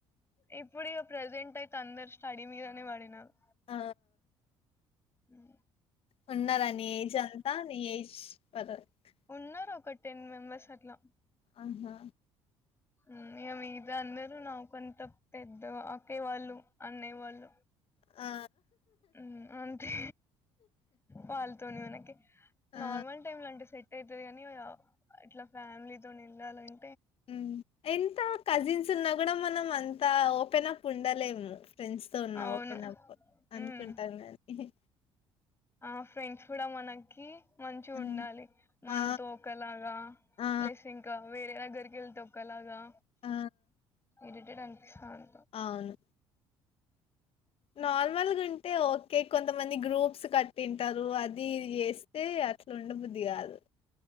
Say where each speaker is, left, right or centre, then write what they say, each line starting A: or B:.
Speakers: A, on the left; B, on the left.
A: ఇప్పుడు ఇగ ప్రజెంట్ అయితే త అందర్ స్టడీ మీదనే పడినారు
B: ఆ
A: ఉమ్
B: వుండదండి నీ ఏజ్ ఎంత నీ ఏజ్ పదక్
A: ఉన్నారు ఒక టెన్ మెంబెర్స్ అట్లా
B: ఆహా
A: ఉ ఇక మీద అందరూ నా కొంత పెద్ద అక్కయ్ వాళ్ళు అన్నే వాళ్ళు
B: ఆ
A: ఉమ్ అంతే వాళ్ళతోని మనకి
B: ఆ
A: నార్మల్ టైమ్ లో అంటే సెట్ అయితది కాని అట్లా ఫ్యామిలీతోని వేళల అం
B: ఉ ఎంత కజిన్స్ ఉన్నా కూడా మనం అంత ఓపెన్ అప్ ఉండలేము ఫ్రెండ్స్ తో ఉన్నా
A: అవును.
B: ఓపెన్ అప్
A: హ్మ్.
B: అనుకుంటామ్ గాని
A: ఆ ఫ్రెండ్స్ కూడా మనకి మంచి
B: ఆ
A: ఉండాలి మన
B: ఆ
A: తో ఒకలాగా
B: ఆ
A: ప్లస్ ఇంకా వేరే దగ్గరి కేళ్త ఒకలాగా
B: ఆ
A: ఇరిటేట్ అనిపిస్త
B: అవును నార్మల్గా ఉంటే ఓకే కొంతమంది గ్రూప్స్ కట్ తింటారు అది ఇది చేస్తే అట్లు ఉండ బుద్ది కాదు